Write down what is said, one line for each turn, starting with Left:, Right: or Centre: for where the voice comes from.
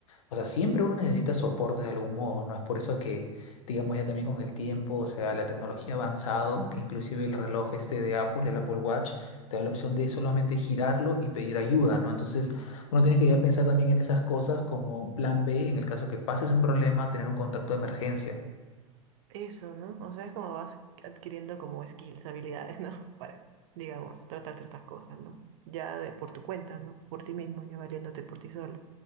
Left: o sea, siempre uno necesita soporte de algún modo, ¿no? Es por eso que, digamos, ya también con el tiempo, o sea, la tecnología ha avanzado, que inclusive el reloj este de Apple, el Apple Watch, te da la opción de solamente girarlo y pedir ayuda, ¿no? Entonces, uno tiene que ya pensar también en esas cosas como un plan B, en el caso que pases un problema, tener un contacto de emergencia.
Right: eso, ¿no? O sea, es como vas adquiriendo como skills, habilidades, ¿no? <laughs> Para, digamos, tratar ciertas cosas, ¿no? Ya de, por tu cuenta, ¿no? Por ti mismo, ya valiéndote por ti solo.